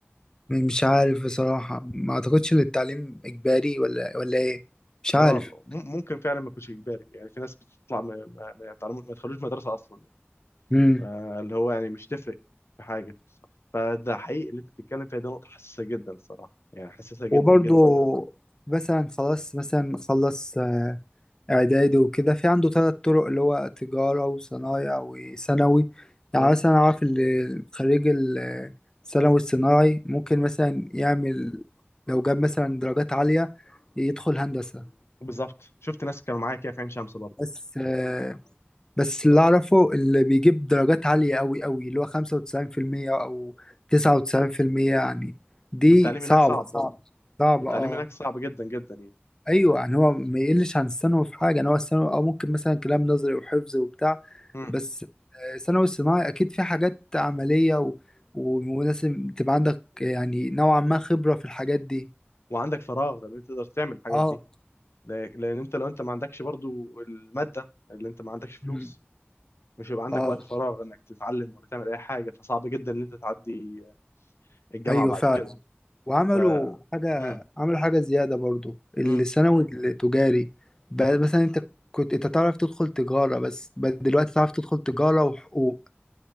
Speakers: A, on the left; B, on the left.
A: م- مش عارف بصراحه ما اعتقدش ان التعليم اجباري ولا ولا ايه مش
B: اه
A: عارف
B: مم- ممكن فعلا ما يكونش اجباري يعني في ناس بتطلع ما ما ما يتعلموا- ما يدخلوش مدرسه اصلا
A: امم
B: آه اللي هو يعني مش تفرق في حاجه فده حقيقي اللي انت بتتكلم فيها دي نقطه حساسه جدا الصراحه يعني حساسه جدا
A: وبرضه
B: جدا
A: مثلا خلاص مثلا خلص آه، اعدادي وكده في عنده ثلاث طرق اللي هو تجارة وصنايع وثانوي يعني
B: اه
A: مثلا اعرف اللي خريج ال- الثانوي الصناعي ممكن مثلا يعمل لو جاب مثلا درجات عالية يدخل هندسة
B: بالظبط شفت ناس كانوا معايا كده في عين شمس برضه
A: بس آه، بس اللي اعرفه اللي بيجيب درجات عالية قوي قوي اللي هو خمسة وتسعين في المية او تسعة وتسعين في المية يعني دي
B: والتعليم
A: صعبة
B: هناك صعب
A: صعبة
B: برضه
A: صعبة
B: والتعليم
A: اه
B: هناك صعب جدا جدا يعني
A: ايوه يعني هو ما يقلش عن الثانوي في حاجه يعني هو الثانوي او ممكن مثلا كلام نظري وحفظ وبتاع
B: مم.
A: بس آه، الثانوي الصناعي اكيد في حاجات عمليه و... و- ولازم تبقى عندك يعني نوعا ما خبره في الحاجات دي
B: وعندك فراغ لان انت تقدر تعمل الحاجات
A: اه
B: دي ل- لان انت لو انت ما عندكش برضو الماده اللي انت ما عندكش فلوس
A: مم.
B: مش هيبقى عندك
A: اه
B: وقت فراغ انك تتعلم ولا تعمل اي حاجه فصعب جدا ان انت تعدي الجامعه
A: ايوه
B: بعد
A: فعلا
B: كده
A: وعملوا
B: ف
A: حاجه
B: مم.
A: عملوا حاجه زياده برضو الثانوي
B: مم.
A: التجاري بقى
B: مم.
A: مثلا انت كنت انت تعرف تدخل تجاره بس بقى دلوقتي تعرف تدخل تجاره وحقوق